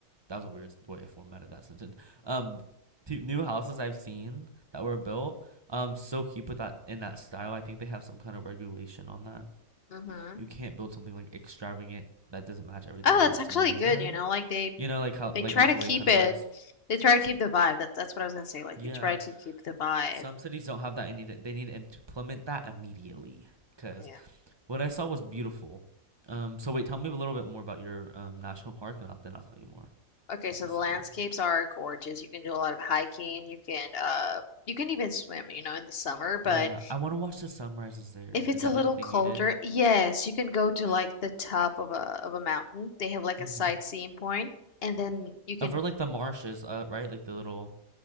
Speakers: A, on the right; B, on the left.
A: that was a weird way I formatted that sentence. Um, two new houses I've seen that were built. Um, so keep with that in that style. I think they have some kind of regulation on that.
B: Mm-hmm.
A: You can't build something like extravagant that doesn't match everything
B: Oh,
A: else
B: that's actually
A: in the neighborhood.
B: good, you know, like they
A: You know, like how
B: they
A: like
B: try
A: HOA
B: to keep
A: kind
B: it
A: of vibes.
B: they try to keep the vibe. That that's what I was gonna say. Like
A: Yeah,
B: they try to keep the vibe.
A: some cities don't have that. and need it. they need to implement that immediately. Cause
B: Yeah.
A: what I saw was beautiful. Um, so wait, tell me a little bit more about your um national park, and I'll, then I'll tell you more
B: Okay,
A: about
B: so
A: the
B: the
A: city.
B: landscapes are gorgeous. You can do a lot of hiking, you can uh you can even swim, you know, in the summer, but
A: Yeah, I want to watch the sunrises there.
B: if it's
A: Is that
B: a little
A: like a thing
B: colder,
A: you did?
B: yes, you can go to
A: <gasps>
B: like the top of a of a mountain. They have like a
A: Mm-hmm.
B: sightseeing point, and then you can
A: Over like the marshes, uh, right? Like the little,